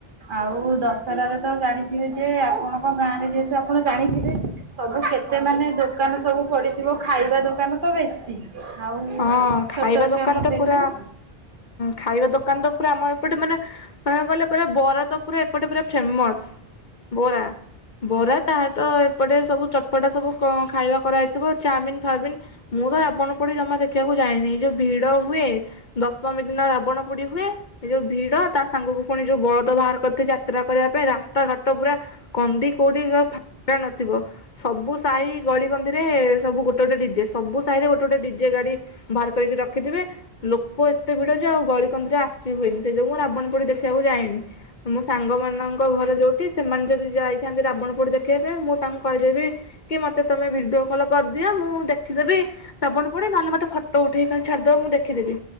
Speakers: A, on the right; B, on the left.
A: ଆଉ ଦଶହରାରେ ତ ଜାଣିଥିବେ ଯେ ଆପଣଙ୍କ ଗାଁ ରେ ଯେହେତୁ ଆପଣ ଜାଣିଥିବେ ସବୁ କେତେ ମାନେ ଦୋକାନ ସବୁ ପଡିଥିବ ଖାଇବା ଦୋକାନ ତ ବେଶୀ ଆଉ
B: ହଁ ଖାଇବା
A: ଛୋଟ
B: ଦୋକାନ
A: ଛୁଆଙ୍କ
B: ତ
A: ବେଲୁନ
B: ପୁରାଁ ଖାଇବା ଦୋକାନ ତ ପୁରା ଆମ ଏପଟେ ମାନେ କିବାକୁ ଗଲେ ପୁର ବରା ତ ପୁରା ଏପଟେ ପୁର ଫେମସ ବରା ବରା ତା ସତ ଏପଟେ ସବୁ ଚଟପଟା ସବୁ ଖାଇବା କରାହେଇଥିବ ଚାଉମିନ ଫମିିନ ମୁଁ ତ ଆବଣ ପଡି ଜମା ଦେଖିବାକୁ ଯାଇନି ଯୋଉ ଭିଡ ହୁଏ ଦଶମ ଦିନ ବଣ ପୋଡି ହୁଏ ଏ ଯୋଉ ଭିଡ ତା ସାଙ୍ଗକୁ ପୁଣି ଯୋଉ ବଳଦ ବାହାର କରିଥା ଯାତ୍ରା କରିବା ପାଇଁ ରାସ୍ତାଘାଟ ପୁରା କନ୍ଦି କେଉଁଠି ଫାା ନଥିବ ସବୁ ସାହି ଗଳିକନ୍ଦିରେ ସବୁ ଗୋଟେ ଗୋଟେ ଡିଜେ ସବୁ ସାହିରେ ଗୋଟେ ଗୋଟେ ଡିଜେ ଗାଡ଼ି ବାହାର କରିକି ରଖିଥିବେ ଲୋକ ଏତେିଟରେ ଆଉ ଗଳନ୍ଦରେ ଆସ କି ହୁଏନି ସେ ଯଉୁ ମୁଁ ରାବଣ ପୋଡି ଦେଖିବାକୁ ଯାଇନି ମୋ ସାଙ୍ଗ ମାନଙ୍କ ଘରେ ଯୋଉଠି ସେମାନେ ଯଦି ଯାଇଥାନ୍ତି ରାବଣପୋଡି ଦେଖିବା ପାଇଁ ମୁଁ ତାଙ୍କୁ କହିଦେବି କି ମତେ ତମେ ଭିଡିଓ କଲ କରିଦିଅ ମୁଁ ଦେଖିଦେବି ରାବଣ ପୋଡି ନହେଲେ ମତେ ଫଟୋ ଉଠେଇ ଛାଡିଦବ ମୁଁ ଦେଖିଦେବି